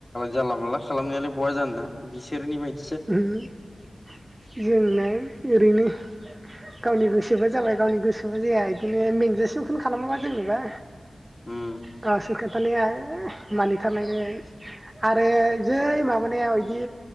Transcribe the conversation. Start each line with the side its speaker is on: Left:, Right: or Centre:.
Left: जानला मला खालामनायालाय बहा जान ना बिसोरनि बानसि
Right: जोंना ओरैनो गावनि गोसोबो जाबाय गावनि गोसोबो जाया बिदिनो मेंजासेमखौनो खालामोबा जेनेनोबा
Left: उम
Right: द सोरख थथानाया मानिथारनाय आरो जै माबानाया बिदि